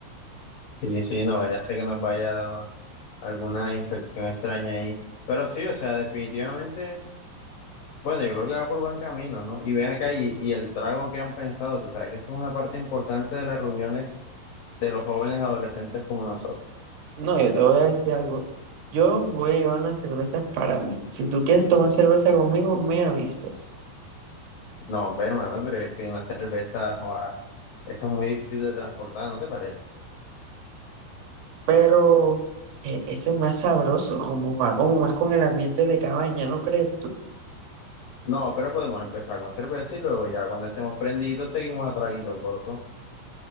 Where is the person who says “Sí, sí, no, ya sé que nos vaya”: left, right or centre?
Left